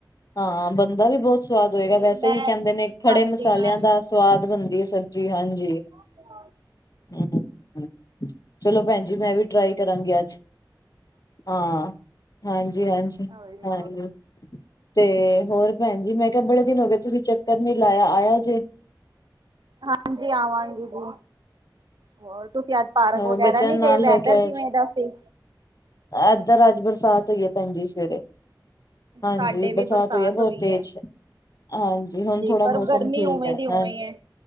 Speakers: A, on the left; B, on the right.
A: ਹਾਂ, ਬਣਦਾ ਵੀ ਬਹੁਤ ਸਵਾਦ ਹੋਏਗਾ
B: ਨਹੀਂ
A: ਵੈਸੇ
B: ਮੈਂ,
A: ਵੀ ਕਹਿੰਦੇ ਨੇ ਖੜੇ
B: ਹਾਂਜੀ
A: ਮਸਾਲਿਆਂ
B: ਹਾਂ,
A: ਦਾ ਸਵਾਦ ਬਣਦੀ ਐ ਸਬਜੀ। ਜੀ ਹਾਂਜੀ।
B: ਹਾਂ।
A: ਹੂੰ, ਚਲੋ ਭੈਣ ਜੀ ਮੈਂ ਵੀ ਟਰਾਈ ਕਰਾਂਗੀ ਅੱਜ। ਹਾਂ, ਹਾਂਜੀ ਹਾਂਜੀ
B: ਹੋਰ ਜੀ।
A: ਹਾਂਜੀ। ਤੇ ਹੋਰ ਭੈਣ ਜੀ ਮੈਂ ਕਿਹਾ ਬੜੇ ਦਿਨ ਹੋ ਗਏ ਤੁਸੀਂ ਚੱਕਰ ਨੀ ਲਾਇਆ ਆਇਆ ਜੇ
B: ਹਾਂਜੀ, ਆਵਾਂਗੀ ਜੀ ਹੋਰ ਤੁਸੀਂ ਅੱਜ ਪਾਰਕ
A: ਹੋਰ
B: ਵਗੈਰਾ
A: ਬੱਚਿਆਂ
B: ਨਹੀਂ
A: ਨੂੰ ਨਾਲ
B: ਗਏ
A: ਲੈ
B: ਵੈਦਰ
A: ਕੇ ਆਇਆ
B: ਕਿਵੇਂ
A: ਜੇ।
B: ਦਾ ਸੀ?
A: ਏਧਰ ਅੱਜ ਬਰਸਾਤ ਹੋਈ ਐ ਭੈਣ ਜੀ ਸਵੇਰੇ। ਹਾਂਜੀ,
B: ਸਾਡੇ ਵੀ
A: ਬਰਸਾਤ ਹੋਈ ਆ ਬਹੁਤ ਤੇਜ।
B: ਐ।
A: ਹਾਂਜੀ, ਹੁਣ ਥੋੜ੍ਹਾ
B: ਪਰ
A: ਮੌਸਮ
B: ਗਰਮੀ
A: ਠੀਕ
B: ਉਵੇਂ
A: ਐ
B: ਦੀ ਉਵੇਂ
A: ਹਾਂਜੀ।
B: ਐ।